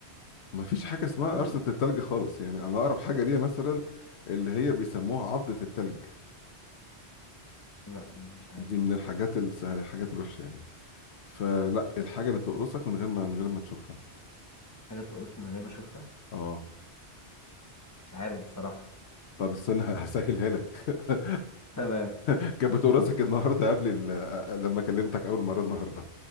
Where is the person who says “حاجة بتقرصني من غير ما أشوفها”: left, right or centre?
Left